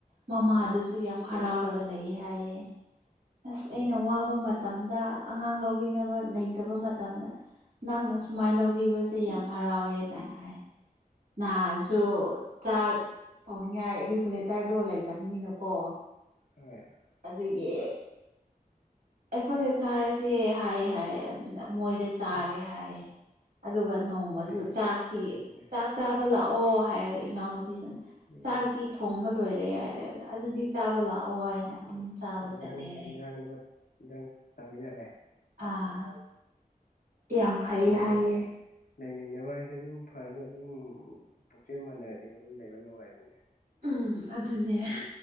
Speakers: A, on the right; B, on the left.
A: ꯃꯃꯥꯗꯨꯁꯨ ꯌꯥꯝ ꯍꯔꯥꯎꯔꯒ ꯂꯩꯑ ꯍꯥꯏꯌꯦ ꯑꯁ ꯑꯩꯅ
B: ꯑꯣ
A: ꯋꯥꯕ ꯃꯇꯝꯗ ꯑꯉꯥꯡ ꯂꯧꯕꯤꯅꯕ ꯂꯩꯇꯕ ꯃꯇꯝꯗ ꯅꯪꯅ ꯁꯨꯃꯥꯏꯅ ꯂꯧꯕ ꯇꯕꯤꯕꯁꯦ ꯌꯥꯝ ꯍꯔꯥꯎꯋꯦ ꯀꯥꯏꯅ ꯍꯥꯏ ꯅꯍꯥꯟꯁꯨ ꯆꯥꯛ ꯊꯣꯡꯅꯤꯡꯉꯥꯏ ꯔꯤꯒꯨꯂꯦꯇꯔꯗꯣ ꯂꯩꯇꯕꯅꯤꯅꯀꯣ
B: ꯍ <unintelligible>
A: ꯑꯗꯨꯒꯤ ꯑꯩꯈꯣꯏꯗ ꯆꯥꯔꯁꯦ ꯍꯥꯏꯌꯦ ꯍꯥꯏ ꯑꯗꯨꯅ ꯃꯣꯏꯗ ꯆꯥꯔꯦ
B: ꯎꯝ
A: ꯍꯥꯏꯌꯦ ꯑꯗꯨꯒ ꯅꯣꯡꯃꯁꯨ
B: ꯐꯩ
A: ꯆꯥꯛꯇꯤ
B: ꯐꯩꯅꯦ
A: ꯆꯥꯛ ꯆꯥꯕ ꯂꯥꯛꯑꯣ ꯍꯥꯏꯔꯒ ꯏꯅꯥꯎꯅꯨꯄꯤꯗꯨꯅꯦ
B: ꯎꯝ
A: ꯆꯥꯛꯇꯤ ꯊꯣꯡꯕ ꯂꯣꯏꯔꯦ ꯌꯥꯏꯔꯦꯒ ꯑꯗꯨꯗꯤ ꯆꯥꯕ ꯂꯥꯛꯑꯣ ꯍꯥꯏꯅ ꯑꯃꯨꯛ
B: ꯎ
A: ꯆꯥꯕ
B: ꯏꯟꯖꯥꯡ
A: ꯆꯠꯂꯦ ꯍꯥꯏ
B: ꯏꯟꯖꯥꯡꯗꯨ ꯏꯟꯖꯥꯡ ꯆꯥꯃꯤꯟꯅꯔꯦ
A: ꯑꯥ ꯌꯥꯝ ꯐꯩꯌꯦ
B: ꯐꯩꯅ
A: ꯍꯥꯏꯌꯦ
B: ꯂꯩ ꯂꯩꯃꯤꯟꯅꯕ ꯍꯥꯏꯁꯦ ꯑꯗꯨꯝ ꯐꯔꯒ ꯑꯗꯨꯝ ꯄꯨꯛꯆꯦꯟ ꯃꯥꯟꯅꯔꯗꯤꯀ ꯑꯗꯨꯝ ꯂꯩꯕ ꯅꯨꯡꯉꯥꯏꯕꯅꯦ
A: ꯎꯝ ꯑꯗꯨꯅꯦ
B: ꯅꯪ